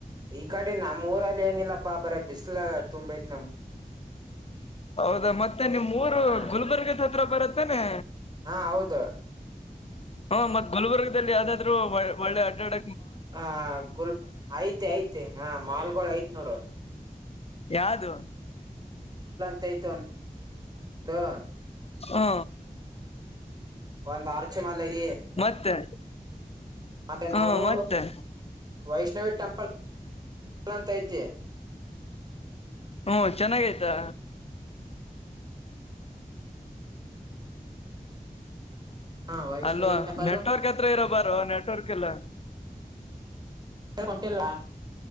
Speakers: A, on the right; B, on the left.
A: ಈ ಕಡೆ ನಮ್ಮ್ ಊರಲ್ಲಿ ಏನಿಲ್ಲಪ್ಪಾ ಬರ ಬಿಸ್ಲ ತುಂಬ ಇತಿ.
B: ಹೌದಾ ಮತ್ತೆ ನಿಮ್ಮುರು
A: ಹಾ
B: ಗುಲ್ಬರ್ಗದ ಹತ್ರ ಬರತ್ತನೆ.
A: ಹಾ ಹೌದು
B: ಹಾ ಮತ್ ಗುಲ್ಬರ್ಗದಲ್ಲಿ ಯಾವ್ದಾದ್ರು ಒ ಒಳ್ಳೆ ಅಡ್ಡಾಡ
A: ಹ ಗುಲ್ ಆಯ್ತ್ ಯ್ತೆ ಹ ಮಾಲ್ಗಳು ಐತ್ ನೋಡು.
B: ಯಾದು
A: <unintelligible> ಹಾ
B: ಹಾ
A: ಒಂದ್ ಆರ್ಚೆಮಾಲ ಐ ತಿ
B: ಮತ್ತೆ
A: <unintelligible> ಮತ್ತೆ
B: ಹ್ಮ
A: ನೋಡು.
B: ಮತ್ತೆ
A: ವೈಷ್ಣವಿ ಟೆಂಪಲ್ಲ್ ಅಂತೈತಿ.
B: ಹ್ಮ ಚೆನ್ನಾಗ ಆಯ್ತಾ.
A: ಹ ವೈಷ್ಣವಿ
B: ಹಲ್ಲೋ
A: ಟೆಂಪಲ್
B: ನೆಟ್ವರ್ಕ್ ಹತ್ರ ಇರೋ ಬಾರ ನೆಟ್ವರ್ಕ್ ಇಲ್ಲ
A: <inaudible> ಒಂಟಿಲ್ಲ